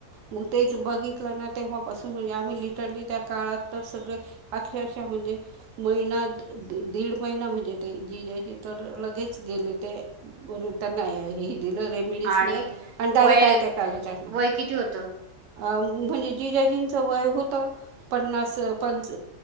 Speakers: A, on the right; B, on the right.
A: मग तेच बघितलं ना तेव्हापासून... म्हणे आम्ही लिटरली त्या काळात तर सगळे अक्सर म्हणजे महिना दीड महिना म्हणजे ते जी ज्याची तर लगेच गेले ते. <unintelligible> दिलं रेमडसिवीर
B: आणि
A: आणि डायरेक्ट
B: वय
A: आटॅक आला त्याना.
B: वय किती होतं?
A: अ म्हणजे जी जा जींचं वय होतं पन्नास पंच